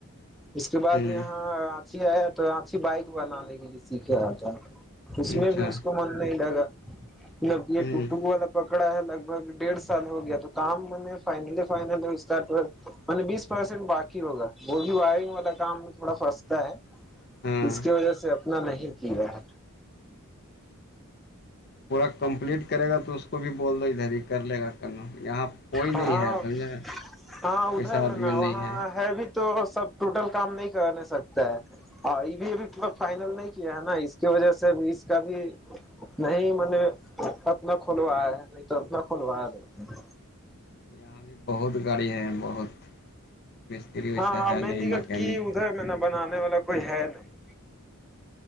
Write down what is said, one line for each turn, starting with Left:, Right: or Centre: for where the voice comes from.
Centre: اس کے بعد
Left: ہوں
Centre: یہاں اچھی آیا تو آھی بائک بنانے کے لیے سیکھے آ اس
Left: اچھا
Centre: میں بھی اس کو من نہیں لگا یہ
Left: ہوں
Centre: ٹک ٹکگ <unintelligible> پکڑا ہے لگ بھگ ڈیڑھ سال ہو گیا تو کام میں نے فائنل فائنل اسٹار م بیس پرسینٹ باقی ہوگا وہ بھی وائرنگ والا کام میں تھوڑا پھنستا ہے
Left: ہاں
Centre: جس کی وجہ سے اپنا نہیں کیا ہے
Left: پورا کمپلیٹ کرے گا تو اس کو بھی بول دو ادھر ہی کر لے گا کرنا یہاں کوئی
Centre: ہاں
Left: نہیں ہے سمجھا
Centre: ہاں
Left: ویسا
Centre: ادھر
Left: آدمی
Centre: میں نا
Left: نہیں
Centre: وہاں ہے بھی تو سب ٹوٹل کام نہیں کرنے سکتا ہے ہاں یہ بھی ابھی فائنل نہیں کیا ہے نا اس کی وجہ سے اب اس کا بھی نہیں م نے اپنا کھولوایا ہے نہیں تو اپنا کھولوایا نہیں
Left: یہاں بھی بہت گاڑی ہے بہت مستری ویسا
Centre: ہاں
Left: ہے
Centre: مین
Left: نہیں
Centre: دقت
Left: مکینک
Centre: کی میں نے بنانے والا کوئی ہے نہیں